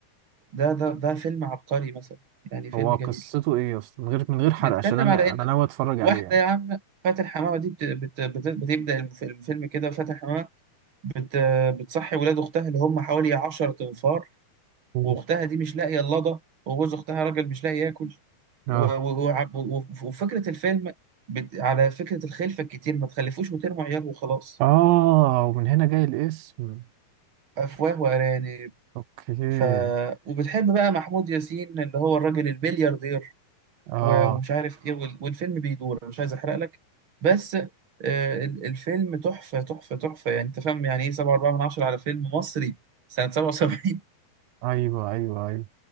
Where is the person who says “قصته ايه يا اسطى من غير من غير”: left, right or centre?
Right